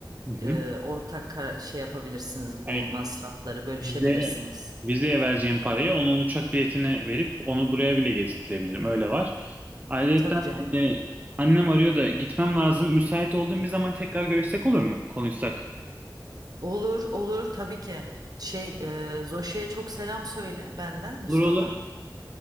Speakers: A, on the right; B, on the right.
A: Hı hı.
B: e, ortak kara- şey yapabilirsiniz bu
A: Yani
B: masrafları bölüşebilirsiniz.
A: Vizeye, vizeye vereceğim paraya onun uçak biletini verip onu buraya bile getirttirebilirim. Öyle var. Ayrıyeten
B: Tabii canım.
A: e, annem arıyor da gitmem lazım. Müsait olduğum bir zaman tekrar görüşsek olur mu? Konuşsak.
B: Olur olur tabii ki. Şey e, Zoşe'ye çok selam söyle benden Mustafa.
A: Olur olur.